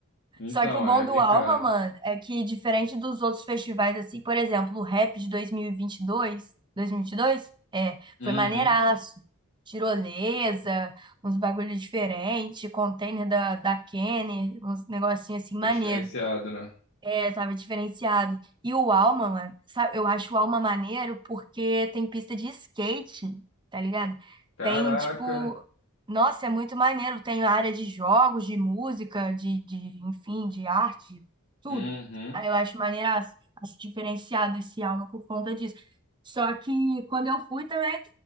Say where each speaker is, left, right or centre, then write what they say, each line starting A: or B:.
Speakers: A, on the left (about 60°); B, on the right (about 20°).
A: então,
B: Só que o bom
A: é
B: do
A: meio
B: Alma,
A: caro.
B: mano, é que diferente dos outros festivais, assim, por exemplo, o Rap de dois mil e vinte e dois dois mil mil e e vinte 2022, dois é,
A: Uhum.
B: foi maneiraço. Tirolesa, uns bagulho diferente, container da, da Kenner, uns negocinhos assim
A: Ficou
B: maneiro.
A: diferenciado, né?
B: É, tava diferenciado. E o Alma, mano, sabe, eu acho o Alma maneiro porque tem pista de skate, tá ligado?
A: Caraca.
B: Tem, tipo, nossa, é muito maneiro. Tem área de jogos, de música, de, de enfim, de arte, tudo.
A: Uhum.
B: Aí eu acho maneiraço, acho diferenciado esse Alma por conta disso. Só que quando eu fui também,